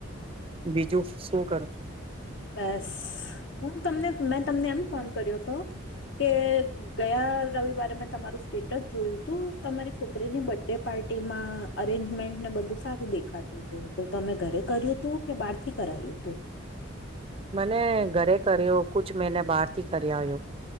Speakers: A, on the right; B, on the left.
A: બીજું શું કર
B: બસ હું તમને મેં તમને એમ ફોન કર્યો હતો કે ગયા રવિવારે મેં તમારું સ્ટેટસ જોયું તું તમારી છોકરીની બર્ ડે પાર્ટીમાં અરેન્જમેન્ટ ને બધું સારું દેખાતું હતું તો તમે ઘરે કર્યું હતું. કે બાર થી કરાયું હતું.
A: મને ઘરે કર્યો કુછ મહિને બહાર થી કર્યા આવ્યો